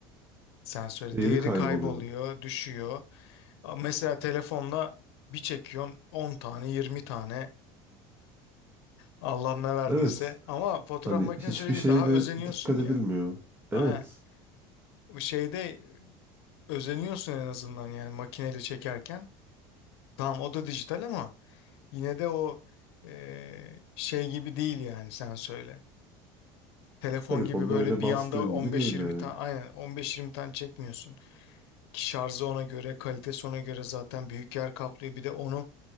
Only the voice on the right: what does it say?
değeri
kayboluyor.
Evet
hani
hiçbir
şeye
de
dikkat
edilmiyor.
Evet
telefonda
öyle
bastığın
gibi değil yani.